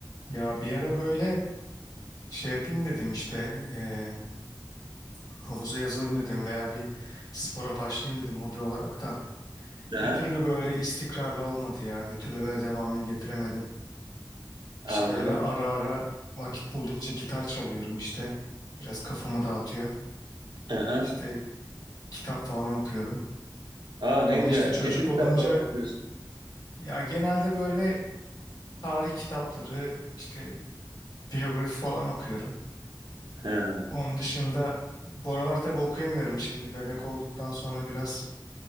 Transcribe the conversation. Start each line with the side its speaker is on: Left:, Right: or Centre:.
Left: Ya bir ara böyle şey yapayım dedim işte eee, havuza yazılayım dedim veya bir spora başlayayım dedim hobi olarak da
Right: Aha,
Left: bir türlü böyle istikrarlı olmadı ya bir türlü böyle devamını getiremedim.
Right: anladım.
Left: İşte öyle ara ara vakit buldukça gitar çalıyorum işte biraz kafamı dağıtıyor
Right: Aha.
Left: işte kitap falan okuyorum
Right: Aa ne
Left: ama
Right: güzel.
Left: işte çocuk
Right: Ne tür
Left: olunca
Right: kitaplar okuyorsun?
Left: ya genelde böyle tarih kitapları işte biyografi falan okuyorum.
Right: Ha.
Left: Onun dışında bu aralar tabii okuyamıyorum şimdi. Bebek olduktan sonra biraz